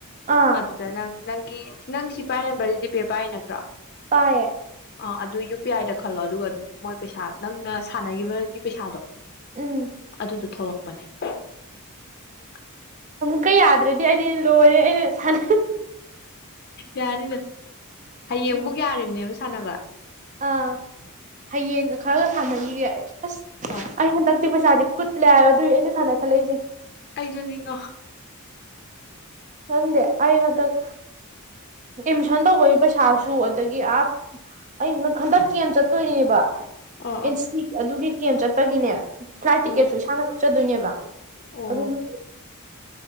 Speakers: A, on the right; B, on the left.
A: ꯑꯥ
B: ꯑꯗꯨꯗ ꯅꯪꯪ ꯅꯪ ꯅꯪ ꯁꯤ ꯄꯥꯏ ꯅꯝꯕꯔꯁꯦ ꯖꯤꯄꯦ ꯄꯥꯏ ꯅꯠꯇ꯭ꯔꯣ
A: ꯄꯥꯏꯌꯦ
B: ꯑ ꯑꯗꯨ ꯌꯨ ꯄꯤ ꯑꯥꯏꯗ ꯈꯜꯂꯣ ꯑꯗꯨꯒ ꯑꯗꯨꯝ ꯃꯣꯏ ꯄꯩꯁꯥ ꯅꯪꯅ ꯁꯥꯟꯅꯈꯤꯕꯒꯤ ꯄꯩꯁꯥꯗꯣ
A: ꯎꯝ
B: ꯑꯗꯨꯗꯨ ꯊꯣꯛꯂꯛꯄꯅꯦ <unintelligible>
A: ꯀꯩ ꯌꯥꯗ꯭ꯔꯗꯤ ꯑꯗꯤ ꯂꯣꯏꯔꯦ ꯑꯩꯅ ꯊꯟ
B: ꯌꯥꯅꯤꯗ ꯍꯌꯦꯡꯕꯧ
A: ꯎꯝ
B: ꯌꯥꯔꯤꯕꯅꯦꯕ ꯁꯥꯟꯅꯕ
A: ꯑꯥ ꯍꯌꯦꯡꯒ ꯈꯔꯒ ꯁꯥꯟꯅꯈꯤꯒꯦ ꯑꯩ ꯑꯁ
B: ꯍꯣꯏ
A: ꯑꯩ ꯍꯟꯗꯛꯇꯤ ꯄꯩꯁꯥꯗꯤ ꯀꯨꯠ ꯂꯥꯛꯑ ꯑꯗꯨꯏ ꯑꯩꯅ ꯁꯥꯟꯅ ꯈꯜꯂꯛꯏꯁꯦ
B: ꯑꯩꯁꯨ ꯅꯤꯡꯉꯣ
A: ꯈꯪꯗꯦ ꯑꯩ ꯍꯟꯗꯛ ꯑꯦꯠꯃꯤꯁꯟ ꯇꯧꯕꯒꯤ ꯄꯩꯁꯥꯁꯨ ꯑꯗꯒꯤ ꯑ ꯑꯩꯪ ꯍꯟꯗꯛ ꯀꯦꯝ ꯆꯠꯇꯣꯏꯔꯤꯅꯦꯕ
B: ꯑꯥ
A: ꯏꯁꯇꯤ
B: ꯑꯥ
A: ꯑꯗꯨꯒꯤ ꯀꯦꯝ ꯆꯠꯄꯒꯤꯅꯦ ꯐ꯭ꯂꯥꯏꯠ ꯇꯤꯛꯀꯦꯠꯁꯨ
B: ꯎꯝ
A: ꯏꯁꯥꯅ ꯀꯛꯆꯗꯣꯏꯅꯦꯕ
B: ꯑꯣ
A: ꯑꯗꯨꯒꯤ